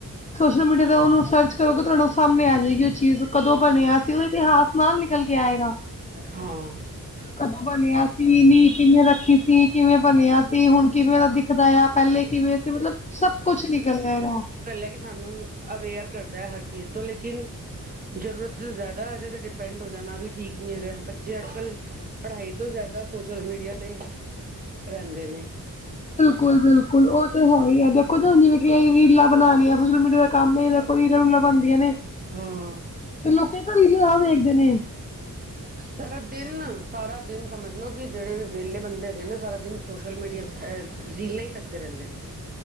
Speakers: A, on the left (about 20°); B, on the right (about 25°).
A: ਸੋਸ਼ਲ ਮੀਡੀਆ ਤੇ ਉਨੂੰ ਸਰਚ ਕਰੋਗੇ। ਤੁਆਨੂੰ ਸਾਮ੍ਹਣੇ ਆ ਜੇਏਗੀ ਉਹ ਚੀਜ਼ ਕਦੋਂ ਬਨਿਆ ਸੀ ਉਹਦਾ ਇਤਿਹਾਸ। <unintelligible> ਨਿਕਲ ਕੇ ਆਏਗਾ।
B: ਹੋਰ
A: ਕਦੋਂ ਬਨਿਆ ਸੀ, ਨੀਹ ਕਿਵੇਂ ਰੱਖੀ ਸੀ, ਕਿਵੇਂ ਬਨਿਆ ਸੀ, ਹੁਣ ਕਿਵੇਂ ਦਾ ਦਿਖਦਾ ਆ। ਪਹਿਲੇ ਕਿਵੇਂ ਸੀ ਮਤਲਬ ਸਭ ਕੁੱਛ ਨਿਕਲਿਆ ਹੈਗਾ।
B: ਹਾਲਾ ਕਿ ਸਾਨੂੰ ਅਵੇਅਰ ਕਰਦਾ ਏ ਹਰ ਚੀਜ਼ ਤੋਂ ਲੇਕਿਨ ਜ਼ਰੂਰਤ ਤੋਂ ਜ਼ਿਆਦਾ ਇਹਦੇ ਤੇ ਡਿਪੈਂਡ ਹੋ ਜਾਨਾ ਵੀ ਠੀਕ ਨੀ ਹੈਗਾ, ਬੱਚੇ ਅੱਜ-ਕੱਲ੍ਹ ਪੜ੍ਹਾਈ ਤੋਂ ਜ਼ਿਆਦਾ ਸੋਸ਼ਲ ਮੀਡੀਆ ਤੇ ਰੈਂਦੇ ਨੇ।
A: ਬਿਲਕੁਲ, ਬਿਲਕੁਲ ਉਹ ਤਾਂ ਹੈ ਈ ਏ ਦੇਖੋ ਤਾਹਨੂੰ ਜਿਵੇਂ ਕਿ ਅਹੀ ਰੀਲ੍ਹਾ ਬਨਾਣੀਆਂ ਸੋਸ਼ਲ ਮੀਡੀਆ ਦਾ ਕੰਮ ਇਹ ਦੇਖੋ ਜੀ ਰੀਲਾ-ਰੂਲਾ ਬਨੰਦੀਆ ਨੇ।
B: ਹਾਂ।
A: ਤੇ ਲੋਕੀ ਤਾਂ ਵੀਡਿਓ ਆਮ ਵੇਖਦੇ ਨੇ।
B: ਸਾਰਾ ਦਿੱਨ, ਸਾਰਾ ਦਿਨ ਸਮਝ ਲਓ ਕਿ ਜੇੜੇ ਵੀ ਵੇਲੇ ਬੰਦੇ ਹੈਗੇ ਨੇ ਸਾਰਾ ਦਿਨ ਸੋਸ਼ਲ ਮੀਡੀਆ ਅ ਰੀਲਾਂ ਈ ਤੱਕਦੇ ਰਹਿੰਦੇ ਨੇ।